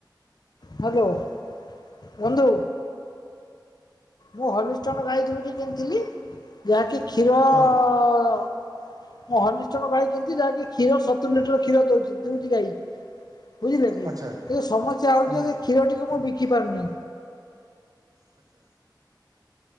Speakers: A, on the left; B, on the right.
A: ହ୍ୟାଲୋ ବନ୍ଧୁ। ମୁଁ ହଲିଷ୍ଟନ ଗାଈ ଦୁଇଟି କିଣିଥିଲି, ଯାହାକି କ୍ଷୀର
B: ହଁ।
A: ତ ମୁଁ ହଲିଷ୍ଟନ ଗାଈ କିଣିଛି ଯାହାକି କ୍ଷୀର ସତୁରୀ ଲିଟର କ୍ଷୀର ଦଉଛି ଦୁଇଟି ଗାଈ। ବୁଝିଲେ କି?
B: ଆଚ୍ଛା
A: କିନ୍ତୁ ସମସ୍ୟା ହେଉଛି
B: ହୁଁ।
A: ଯେ କ୍ଷୀରଟିକୁ ମୁଁ ବିକି ପାରୁନି।
B: ଆଚ୍ଛା